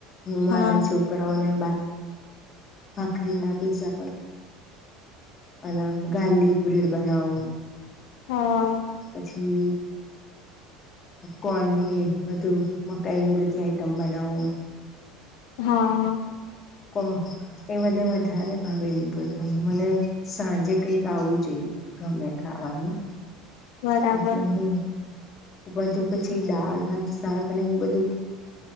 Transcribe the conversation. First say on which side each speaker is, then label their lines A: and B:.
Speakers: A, on the left (about 25°); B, on the left (about 80°).
A: હવાર
B: હા
A: છોકરો અને. ભખરી ના પીઝા પણ હલા ગાર્લિક બ્રેડ બનાવો
B: હા.
A: પછી કોનની બધું મકાઈની બધી આઈટમ બનાવો
B: હા
A: કોણ એ બધને વધારે ભાવે એવું બધું હું મને સાંજે કઈક આવું જોઈએ. ગમે ખાવાનું
B: બરાબર
A: એટલે હ બધું પછી દાળ ભાત શાક ને એવું બધું